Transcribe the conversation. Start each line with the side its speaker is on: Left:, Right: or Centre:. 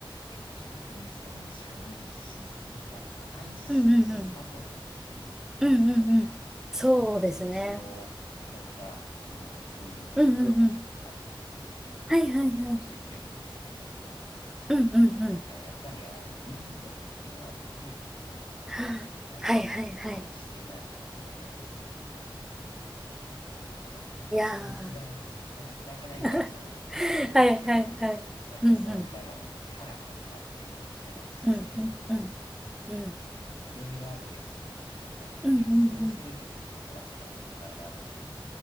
Left: え、逆にその社内システム、なんかその ICT
Centre: うんうんうん。
Left: サポートっていうんですかね。
Centre: うんうんうん。そうですね。
Left: なんか、うちの会社にもそういう部署があって、
Centre: うんうんうん。
Left: いろいろ対応してくれるんですけれども、
Centre: はいはいはい。うんうんうん。
Left: なんかやっぱりあの、Windows のアップデートとかなんか入ったりとかして、
Centre: はあはいはいはい。
Left: なんかこう、いやメールがなんか使えなくなったとか、なんか
Centre: いやー。
Left: Teams がなんか開けないんだけど、
Centre: <laughs>
Left: とかっていう、
Centre: はいはいはい。
Left: なんかそんなのから始まって、
Centre: うんうん
Left: こう、社内システムで、
Centre: うんうんうんうん
Left: なんかメールアドレスをちょっと統一をするみたいな話がこの間あって、
Centre: うんうんうん